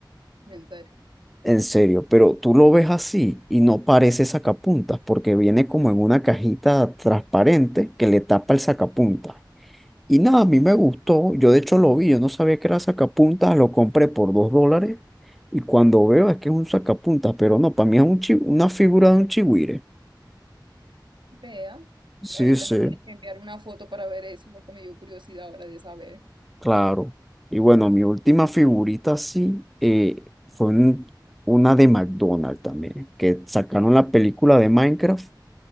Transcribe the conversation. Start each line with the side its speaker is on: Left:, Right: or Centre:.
Right: Entonces,
Centre: En serio, pero tú lo ves así y no parece sacapuntas porque viene como en una cajita transparente que le tapa el sacapuntas. Y nada, a mí me gustó, yo de hecho lo vi, yo no sabía que era sacapuntas, lo compré por dos dólares y cuando veo es que es un sacapuntas, pero no, para mí es un chi- una figura de un chigüire.
Right: vea,
Centre: Sí,
Right: ahorita
Centre: sí,
Right: me tienes que enviar una foto para ver eso, porque me dio curiosidad ahora de saber.
Centre: claro. Y bueno, mi última figurita así eh, fue un- una de McDonald's también, que sacaron la película de Minecraft